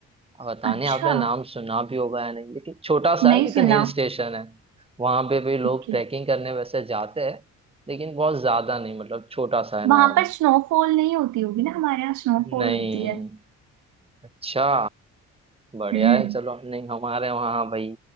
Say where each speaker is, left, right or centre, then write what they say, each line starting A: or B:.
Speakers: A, on the right (about 20°); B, on the right (about 80°).
A: अब पता
B: अच्छा
A: नहीं आपने नाम सुना भी होगा या नहीं लेकिन छोटा सा
B: नहीं
A: है लेकिन
B: सुना
A: हिल स्टेशन है वहां पे भी लोग
B: ओके
A: ट्रैकिंग करने वैसे जाते हैं लेकिन बहुत ज्यादा नहीं मतलब छोटा सा है नॉर्मल
B: वहां पर स्नोफॉल नहीं होती होगी ना हमारे यहाँ स्नोफॉल
A: नहीं
B: होती है
A: अच्छा बढ़िया
B: हम्म
A: है चलो नहीं हमारे वहाँ भाई